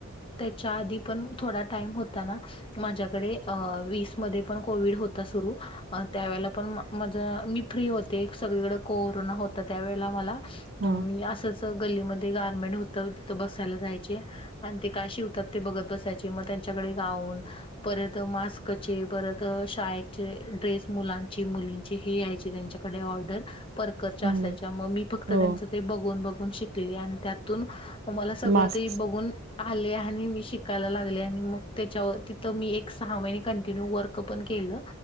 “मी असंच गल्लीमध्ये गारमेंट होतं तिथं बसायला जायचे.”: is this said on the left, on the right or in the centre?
Left